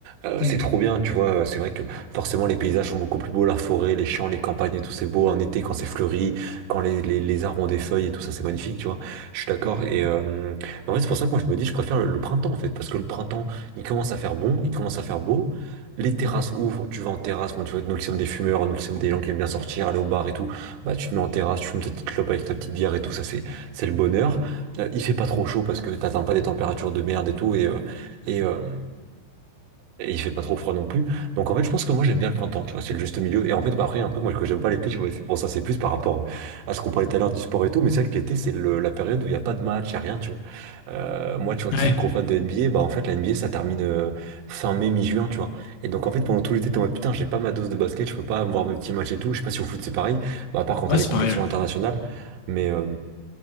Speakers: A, on the right; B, on the left.
A: euh,
B: Mm.
A: c'est trop bien, tu vois. euh, C'est vrai que, forcément, les paysages sont beaucoup plus beaux, la forêt, les champs, les campagnes et tout, c'est beau en été quand c'est fleuri, quand les, les, les arbres ont des feuilles et tout ça, c'est magnifique, tu vois. Je suis d'accord. Et, euh, en vrai, c'est pour ça que moi, je me dis, je préfère le le printemps, en fait, parce que le printemps, il commence à faire bon, il commence à faire beau. Les terrasses ouvrent, tu vas en terrasse. Moi, tu vois, nous qui sommes des fumeurs, nous qui sommes des gens qui aiment bien sortir, aller au bar et tout, bah tu te mets en terrasse, tu fumes ta petite clope avec ta petite bière et tout, ça c'est c'est le bonheur. Euh, il fait pas trop chaud parce que t'atteins pas des températures de merde et tout, et, euh, et, euh, et il fait pas trop froid non plus. Donc en fait, je pense que moi j'aime bien le printemps, tu vois, c'est le juste milieu. Et en fait, bah, après, il y a un truc moi que j'aime pas l'été, tu vois, c'est pour ça, c'est plus par rapport euh, à ce qu'on parlait tout à l'heure du sport et tout, mais c'est vrai que l'été, c'est le- la période où il n'y a pas de match, il n'y a rien, tu vois. Euh, moi, tu vois, que
B: Ouais,
A: je suis gros fan de NBA, bah en fait, la NBA, ça termine euh, fin mai, mi-juin, tu vois. Et donc en fait, pendant tout l'été, t'es en mode putain, j'ai pas ma dose de basket, je peux pas voir mes petits matchs et tout. Je sais pas si au foot c'est pareil, bah, à part quand t'as
B: ouais,
A: les
B: c'est
A: compétitions
B: pareil.
A: internationales, mais. euh,